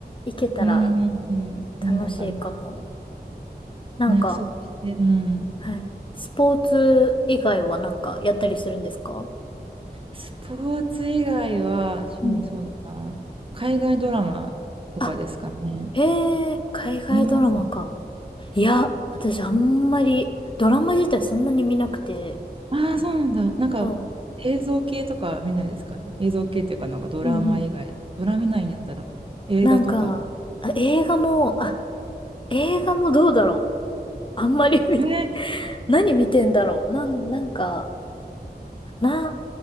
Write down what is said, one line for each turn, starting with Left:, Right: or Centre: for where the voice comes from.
Left: 行けたら
Right: うん、うん、うんいいのかな。
Left: 楽しいかも。なんか、
Right: ね、約束して、うん。
Left: はい。スポーツ以外はなんかやったりするんですか
Right: スポーツ以外は趣味そうだな。
Left: うん。
Right: 海外ドラマとかですかね。
Left: あへえ、海外ドラマか。
Right: 見ますね。
Left: いや、私あんまり、ドラマ自体そんなに見なくて、
Right: ああ、そうなんだ。なんか
Left: そ
Right: 映像系とか見ないですか映像系っていうか、なんかドラマ以外。
Left: う。うんうんうん。
Right: ドラマ見ないんやったら映画とか。
Left: なんか、あ、映画も、あ、映画もどうだろう。あんまり見、
Right: えー、
Left: <laughs>
Right: え
Left: 何見てんだろう。なん、なんか、な、